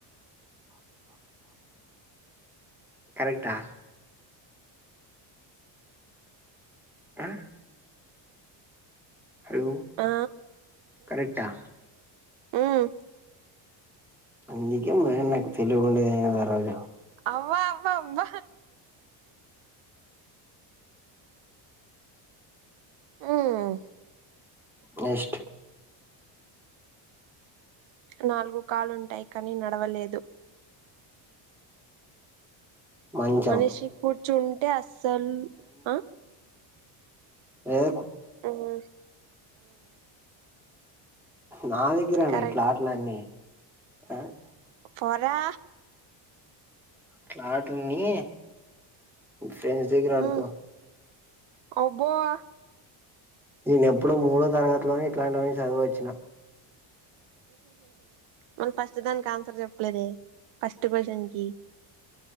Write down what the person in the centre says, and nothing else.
కరెక్టా ఆ హలో
కరెక్టా
అందుక మేన్న తెలిగుండ రజ
నెక్స్ట్
మంచం
ఏ
నా దగ్గరన్న
ఇట్లా అట్లన్న ఆ
క్లాట్ అన్ని తేజ్ దగ్గర అడుకో
నేన ఎప్పుడో మూడో తరగతిలోని ఇట్లాంటివన్న చదువు వచ్చిన